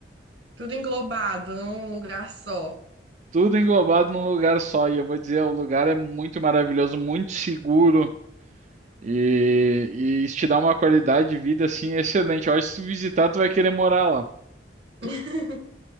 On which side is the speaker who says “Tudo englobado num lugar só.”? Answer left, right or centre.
Right